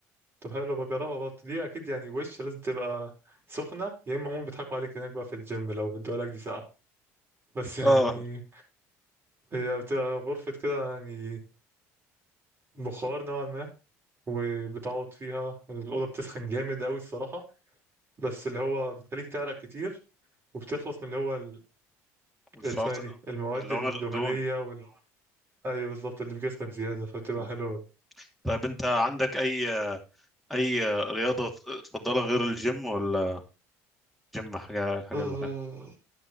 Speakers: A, on the right (about 35°); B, in the centre.
A: طب حلو بجربها برضه دي اكيد يعني وش لازم تبقى سخنه يا اما هم بيضحكوا عليك هناك بقى في الجيم لو ادوا لك دي ساعه بس يعني
B: اه
A: هي بتبقى غرفه كده يعني بخار نوعا ما وبتعوض فيها الأوضة بتسخن جامد أوي الصراحة بس اللي هو بتخليك تعرق كتير وبتخلص من اللي هو ال-
B: والشاطئ
A: اللي اسمها إيه دي المواد
B: اللي
A: اه
B: هو
A: الدهنية
B: الدهون
A: ايوه بالظبط اللي في جسمك زياده فبتبقى
B: مم.
A: حلوه أوي.
B: طيب انت عندك اي اي رياضة تفضلها غير الجيم ولا جيم حاجة الحاجة
A: أه
B: الوحيدة